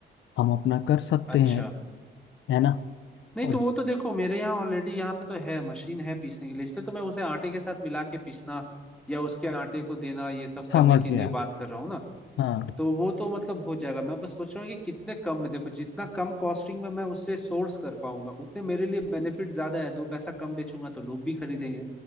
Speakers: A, on the left; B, in the centre.
A: हम अपना कर सकते
B: अच्छा
A: हैं है ना
B: नहीं
A: और
B: तो वो तो देखो मेरे यहाँ ऑलरेडी यहाँ पे तो है मशीन है पीसने के लिए इसलिए तो मैं उसे आटे के साथ मिला के पीसना या उसके आटे को देना ये सब
A: समझ
B: करने के
A: गया
B: लिए बात कर रहा हूँ ना
A: हाँ
B: तो वो तो मतलब हो जाएगा मैं बस सोच रहा हूँ कि कितने कम में देखो जितना कम कॉस्टिंग में मैं उससे सोर्स कर पाऊंगा उतने मेरे लिए बेनिफिट ज्यादा है दो पैसा कम बेचूंगा तो लोग भी खरीदेंगे